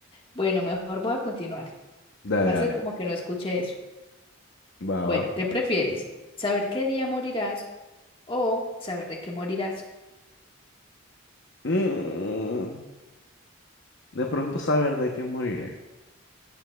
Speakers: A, on the left; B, on the left.
A: Bueno, mejor voy a continuar.
B: Dale,
A: Voy
B: dale.
A: a hacer como que no escuché eso.
B: Va,
A: Bueno,
B: va.
A: ¿qué prefieres? ¿Saber qué día morirás o saber de qué morirás?
B: Mm, de pronto saber de qué moriré.